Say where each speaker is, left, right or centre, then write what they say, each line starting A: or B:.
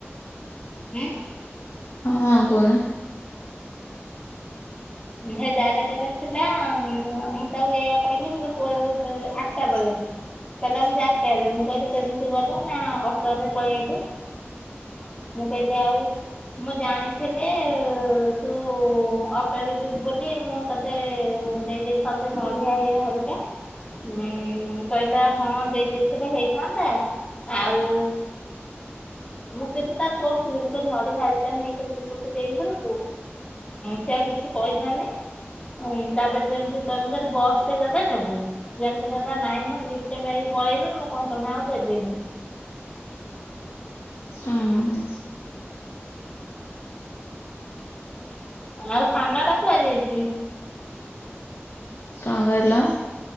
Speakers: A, on the left (about 25°); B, on the left (about 75°).
A: ଉଁ
B: ହଁ କହୁନା।
A: ହେ ଜାରକାରେ ଥିଲା ମୁଁ ତାକୁ ଏଇଆ କହିଲି ମୁଁ କହିଲି କୁଆଡ଼େ ଯାଉଛୁ ଆଠଟା ବେଳେ କହିଲା ମୁଁ ଜାରକାରେ। ମୁଁ କହିଲି କେମିତି ଗଲ? ନା ଅଟୋରେ ପଳେଇଆଇଲୁ ମୁଁ କହିଲି ଆଉ ମୁଁ ଜାଣିଥିଲେ ତୁ ଅଟୋରେ ଯିବୁ ବୋଲି ମୁଁ ତୋତେ ଦେଇ ଦେଇଥାନ୍ତି ନଡ଼ିଆ ଇଏ ହେରିକା। ଉଁ କହିଲା ହଁ ଦେଇ ଦେଇଥିଲେ ହେଇଥାନ୍ତା ଆଉ ମୁଁ କିନ୍ତୁ ତାକୁ କହୁଥିଲି ମୁଁ ନଡ଼ିଆ ହେରିକା ନେଇକରି ଯିବୁ କି ଦେଇ ଘରକୁୁ? ସିଏ ଆଉ କିଛି କହିଲାନି। ତାପରେ ଯେମତି ତମ ମୁଁ କହିଲି ବସରେ ଗଲେ ନେବୁ। ଯେମିତି କହିଲା ନାଇଁ ମ ଲିଫ୍ଟ ମାଗି ପଳେଇବି ମୁଁ କଣ କଲି ନା ଆଉ ଦେଲିିନି।
B: ହୁଁ
A: ଆଉ ସାନ ଟା କୁଆଡ଼େ ଯାଇଛି?
B: ଅ ହେଲା